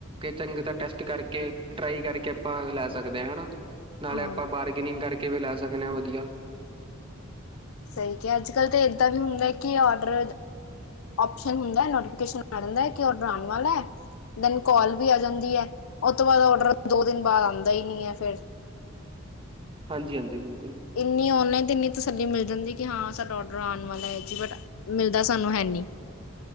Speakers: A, on the right; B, on the left.
A: ਚੰਗੀ ਤਰਾ ਟੈਸਟ ਕਰਕੇ ਟ੍ਰਈ ਕਰਕੇ ਆਪਾਂ ਲੈ ਸਕਦੇ ਹਾਂ ਹਨਾ ਨਾਲੇ
B: ਹਾਂ
A: ਆਪਾਂ ਬਾਹਰ ਬਾਰਗਿੰਗ ਕਰਕੇ ਵੀ ਲੈ ਸਕਦੇ ਹਾਂ ਵਧੀਆ
B: ਸਹੀ ਕਿਹਾ ਅੱਜ ਕੱਲ੍ਹ ਤੇ ਏਦਾਂ ਵੀ ਹੁੰਦਾ ਹੈ ਕਿ ਔਡਰ ਓਪਸ਼ਨ ਹੁੰਦਾ ਨੋਫਿਕੇ ਆ ਜਾਂਦਾ ਕਿ ਡਰ ਆਉਣ ਵਾਲਾ ਹੈ ਉਧਰੋਂ ਕਾਲ ਵੀ ਆ ਜਾਂਦੀ ਹੈ ਉਹ ਤੋਂ ਬਾਅਦ ਡਰ ਦੋ ਦਿਨ ਬਾਅਦ ਆਉਂਦਾ ਹੀ ਨ ਹੈ ਫੇਰ
A: ਹਾਂਜੀ ਹਾਂਜੀ ਬਿਲੁ
B: ਇੰਨੀ ਓਨੇ ਤੇ ਇੰਨੀ ਤਸੱਲੀ ਮਿਲ ਜਾਂਦੀ ਕਿ ਹਾਂ ਸਾਡਾ ਔਡਰ ਆਉਣ ਵਾਲਾ ਹੈ ਜੀ ਬਟ ਮਿਲਦਾ ਸਾਨੂੰ ਹੈਨੀ